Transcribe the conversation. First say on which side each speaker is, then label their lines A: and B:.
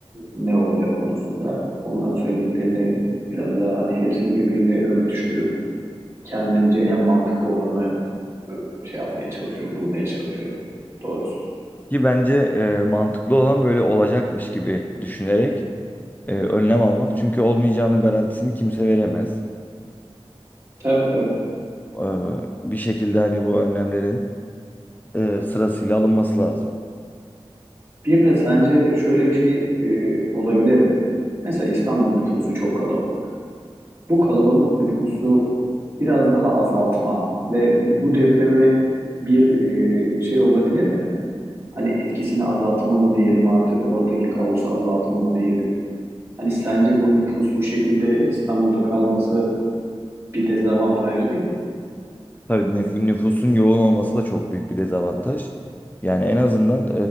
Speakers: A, on the right; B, on the left.
A: ne olacak konusunda onların söylediklerini biraz daha hani hepsini birbiriyle örtüştürüp kendimce en mantıklı olanı e, şey yapmaya çalışıyorum, bulmaya çalışıyorum doğrusu.
B: Ki bence e, mantıklı olan böyle olacakmış gibi düşünerek e, önlem almak. Çünkü olmayacağının garantisini kimse veremez.
A: Tabii tabii.
B: Ee, bir şekilde hani bu önlemlerin e, sırasıyla alınması lazım.
A: Bir de sence şöyle bir şey e, olabilir mi? Mesela İstanbul nüfusu çok kalabalık. Bu kalabalık nüfusu biraz daha azaltma ve bu depremi bir e, şey olabilir mi? Hani etkisini azaltma mı diyelim artık, oradaki kaosu azaltma mı diyelim? Hani sence bu nüfus bu şekilde İstanbul'da kalması bir dezavantaj değil mi?
B: Tabii nüf- nüfusun yoğun olması da çok büyük bir dezavantaj. Yani en azından